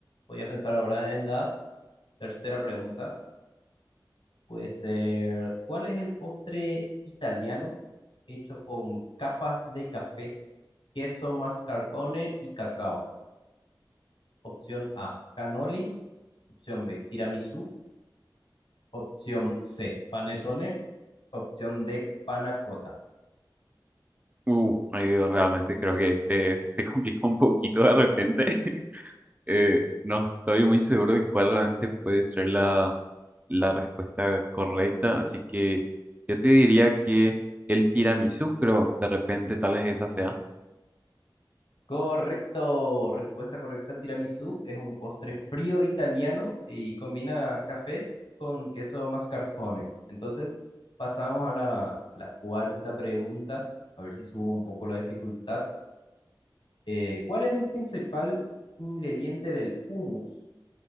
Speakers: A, on the left; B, on the right.
A: voy a pensar ahora en la tercera pregunta. Puede ser, ¿cuál es el postre italiano hecho con capas de café, queso, mascarpone y cacao? Opción A, cannoli. Opción B, tiramisú. Opción C, panettone. Opción D, panacota.
B: Uh, ay, Dios, realmente creo que este <laughs> se complica un poquito de repente. <laughs> Eh, no estoy muy seguro de cuál realmente puede ser la, la respuesta correcta, así que yo te diría que el tiramisú, creo, de repente tal vez esa sea.
A: Correcto, respuesta correcta, tiramisú es un postre frío italiano y combina café con queso mascarpone. Entonces, pasamos a la, a la cuarta pregunta, a ver si subo un poco la dificultad. Eh, ¿cuál es el principal ingrediente del hummus?